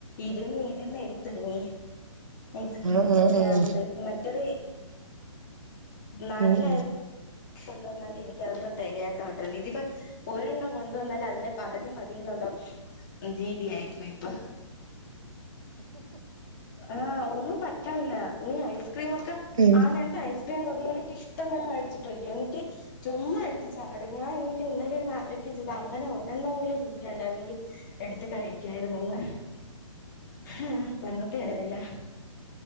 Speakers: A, on the left; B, on the right.
A: ഇരുന്നിരുന്ന് എടുത്തിടങ്ങി ഐസ്ക്രീം
B: ഉം ഉം
A: പ്രാന്ത്
B: ഉം
A: മറ്റരു നാട്ടില
B: ഉം
A: കൊണ്ട വന്നാൽ എനിക്കത് തികയാത്തയാ ഇതിപ്പ ഒരെണ്ണം കൊണ്ട വന്നാല അതിന്റെ പകുതി മതിയന്നുള്ള രീതി ആയിപ്പോയി ഇപ്പൊ ഇപ്പൊ ആഹ് ഒന്നും പറ്റണില്ല ഈ ഐസ്ക്രീമ ഒക്കെ
B: ഉം
A: ആനേരത്ത് ഐസ്ക്ര <unintelligible> ഇഷ്ടംപോലെ മടിച്ചട്ടക്ക എനിക്ക് ചുമ്മാ എടുത്തി ചാടങ്ങാൻ എന്നിട്ട് ഇന്നലെ ആലോചിക്കേം ചെയ്ത അങ്ങനെ ഒരെണ്ണമെങ്കിലും ഈ ഫ്രിഡ്ജ്ലുണ്ടായിരുന്നെങ്കിൽ എടുത്ത് കഴിക്കായിരുന്നുന്ന് ആഹ് പറരഞ്ഞിട്ട് കാര്യല്ല